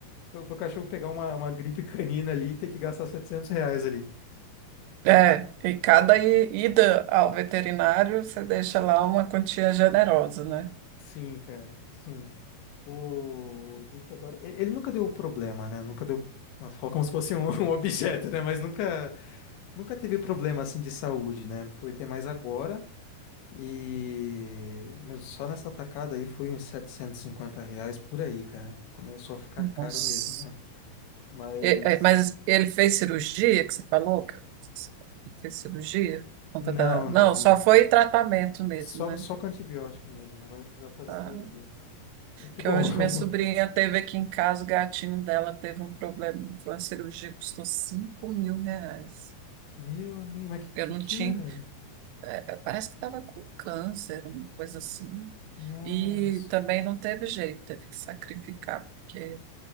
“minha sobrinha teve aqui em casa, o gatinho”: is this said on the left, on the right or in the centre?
Right